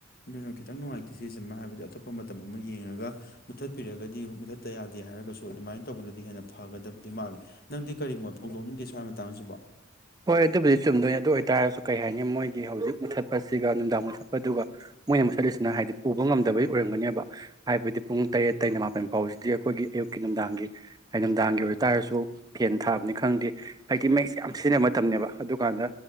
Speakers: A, on the left (about 50°); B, on the right (about 20°).
A: ꯑꯗꯨꯅ ꯈꯤꯇꯪ ꯅꯨꯡꯉꯥꯏꯇꯦ ꯁꯤꯁꯤꯃ ꯍꯥꯏꯕꯗꯤ ꯑꯇꯣꯞꯄ ꯃꯇꯝ ꯑꯃ ꯌꯦꯡꯉꯒ ꯃꯨꯊꯠꯄꯤꯔꯒꯗꯤ ꯃꯨꯊꯠꯇ ꯌꯥꯗꯦ ꯍꯥꯏꯔꯒꯁꯨ ꯑꯗꯨꯃꯥꯏꯅ ꯇꯧꯕꯅꯗꯤ ꯍꯦꯟꯅ ꯐꯒꯗꯕꯗꯤ ꯃꯥꯜꯂꯤꯦ ꯅꯪꯗꯤ ꯀꯔꯤ ꯃꯣꯠ ꯐꯣꯡꯗꯣꯛꯅꯤꯡꯒꯦ ꯁ꯭ꯋꯥꯏ ꯃꯇꯥꯡꯁꯤꯕꯣ
B: ꯍꯣꯏ ꯑꯗꯨꯕꯨꯗꯤ ꯆꯨꯝꯗꯣꯏꯅꯤ ꯑꯗꯨ ꯑꯣꯏꯇꯥꯔꯁꯨ ꯀꯩ ꯍꯥꯏꯅꯤ ꯃꯣꯏꯒꯤ ꯍꯧꯖꯤꯛ ꯃꯨꯠꯊꯠꯄꯁꯤꯒ ꯅꯨꯡꯗꯥꯡ ꯃꯨꯠꯊꯠꯄꯗꯨꯒ ꯃꯣꯏꯅ ꯑꯃꯨ ꯁꯠꯂꯤꯁꯤꯅ ꯍꯥꯏꯗꯤ ꯄꯨꯕ ꯉꯝꯗꯕꯩ ꯑꯣꯏꯔꯝꯒꯅꯦꯕ ꯍꯥꯏꯕꯗꯤ ꯄꯨꯡ ꯇꯔꯦꯠꯇꯩꯅ ꯃꯥꯄꯟ ꯐꯥꯎꯕꯁꯤꯗꯤ ꯑꯩꯈꯣꯏꯒꯤ ꯑꯌꯨꯛꯀꯤ ꯅꯨꯡꯗꯥꯡꯒꯤ ꯍꯥꯏ ꯅꯨꯡꯗꯥꯡꯒꯤ ꯑꯣꯏꯇꯥꯥꯔꯁꯨ ꯐꯦꯟ ꯊꯥꯕꯅꯤ ꯈꯪꯗꯦ ꯍꯥꯏꯗꯤ ꯃꯩꯁꯦ ꯌꯥꯝ ꯁꯤꯖꯤꯟꯅꯕ ꯃꯇꯝꯅꯦꯕ ꯑꯗꯨꯀꯥꯟꯗ